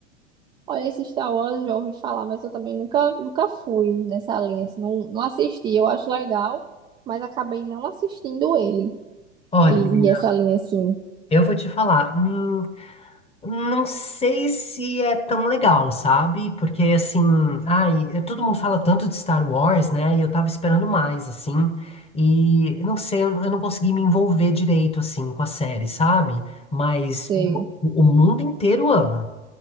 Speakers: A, on the right (about 15°); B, on the left (about 15°).
A: Olha, esse Star Wars eu já ouvi falar, mas eu também nunca, nunca fui nessa linha, assim, não, não assisti. Eu acho legal, mas acabei não assistindo ele.
B: Olha,
A: E,
B: menina,
A: e essa linha assim.
B: eu vou te falar, hum, não sei se é tão legal, sabe? Porque, assim, ai, eh, todo mundo fala tanto de Star Wars, né? E eu tava esperando mais, assim. E eu não sei, eu, eu não consegui me envolver direito, assim, com a série, sabe? Mas
A: Sei.
B: o, o mundo inteiro ama.